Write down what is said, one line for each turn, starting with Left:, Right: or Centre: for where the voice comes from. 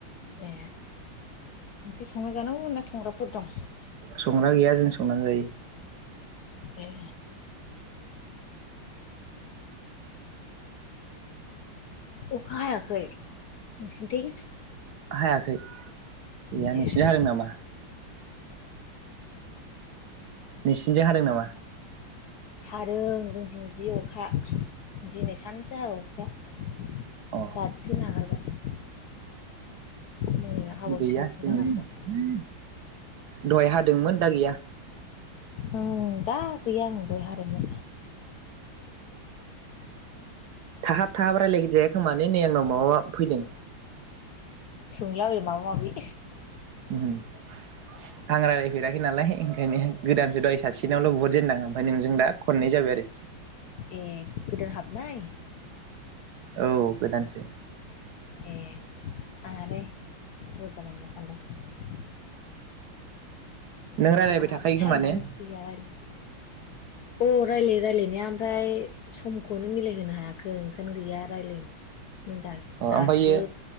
Left: ए नोंसोर संना जानांगौ ना संग्राफोर दं?
Right: संग्रा गैया जोंस संनानै जायो
Left: ए अखा हायाखै नोंसिनथिं?
Right: हायाखै एया
Left: ए
Right: नोंसिनिथिं हादों नामा? नोंसिनिथिं हादों नामा?
Left: हारों जोंथिं जि अखा दिनै सानसे हाबाय अखाया।
Right: अ
Left: दासो नागारबाय। मोनायाव हाबावसिगोनसोदां
Right: गैया जोंनि
Left: आरोबाव
Right: दहाय हाद दोंमोन दा गैया
Left: ओं दा गैया ओं दहाय हादोंमोन
Right: थाहाब थाहाब रायलायगजाया खोमा नै आंनाव माबा फैदों
Left: संला माबा माबि
Right: आं रायलायफेराखै नालाय ओंखायनो गोदानसो दहाय सासेनावल' बहुद जेनदां ओमफ्राय नोंजों दा खननै जाबाय आरो
Left: ए गोदान हा ब नै
Right: औ गोदानसो
Left: ए आंहालाय गोबाव जाबाय नामा सान्दों
Right: नों रायलायबाय
Left: आंहाबो
Right: थाखायो
Left: टाइमानो
Right: खोमा ने अ
Left: गैया रायलायनो अ रायलायो रायलायो ओमफ्राय सम खौनो मिलायहोनो हायाखै ओंखायनो गैया रायलायनो दा दासो
Right: ओमफ्रायो